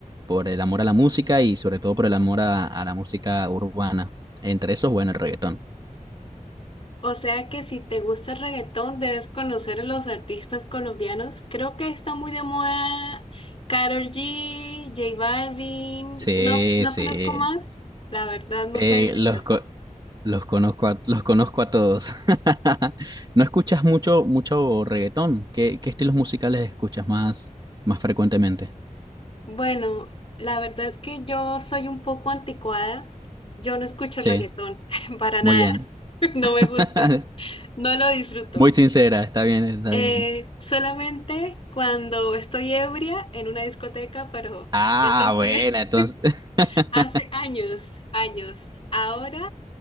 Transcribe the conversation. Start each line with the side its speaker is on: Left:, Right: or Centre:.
Right: por el amor a la música y sobre todo por el amor a, a la música urbana. Entre esos, bueno, el reggaetón.
Left: O sea que si te gusta el reggaetón, debes conocer a los artistas colombianos. Creo que está muy de moda Karol G, J Balvin,
Right: Sí,
Left: no, no
Right: sí.
Left: conozco más, la verdad no
Right: Eh,
Left: sé de
Right: los,
Left: ellos.
Right: co- los conozco a, los conozco a todos. <laughs> ¿No escuchas mucho, mucho reggaetón? ¿Qué, qué estilos musicales escuchas más, más frecuentemente?
Left: Bueno, la verdad es que yo soy un poco anticuada. Yo no escucho
Right: Sí,
Left: reggaetón <laughs> para nada.
Right: muy bien.
Left: <laughs> No
Right: <laughs>
Left: me gusta. No lo disfruto.
Right: Muy sincera, está bien, está
Left: Eh,
Right: bien.
Left: solamente cuando estoy ebria en una discoteca, pero
Right: Ah,
Left: eso
Right: bueno,
Left: fue <laughs>
Right: entonces. <laughs>
Left: hace años, años. Ahora,